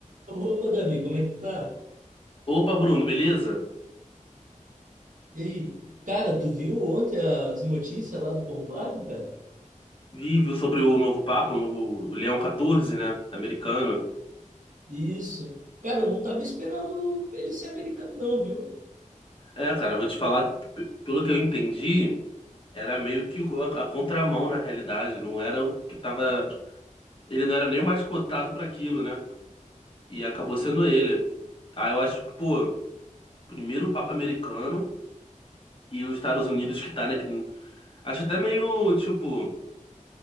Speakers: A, on the right; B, on the left.
A: Opa, Davi, como é que tá?
B: Opa, Bruno, beleza?
A: E aí? Cara, tu viu ontem as notícias lá do Conclave, cara?
B: Vi, viu sobre o novo Papa, o novo Leão 14, né? Americano.
A: Isso. Cara, eu não tava esperando ele ser americano, não, viu?
B: É, cara, eu vou te falar que, p- pelo que eu entendi, era meio que a, a contramão na realidade. Não era o que tava. Ele não era nem o mais cotado para aquilo, né? E acabou sendo ele. Ah, eu acho que, pô, primeiro o Papa americano e os Estados Unidos que tá, né? que- Acho até meio, tipo,